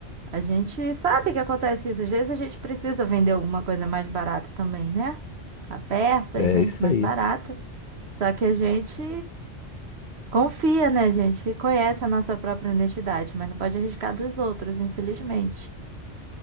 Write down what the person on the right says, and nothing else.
A gente sabe que acontece isso. Às vezes a gente precisa vender alguma coisa mais barata também, né? Aperta
e vende
mais
barato. Só que a gente confia, né, gente? E Conhece a nossa própria honestidade, mas não pode arriscar dos outros, infelizmente.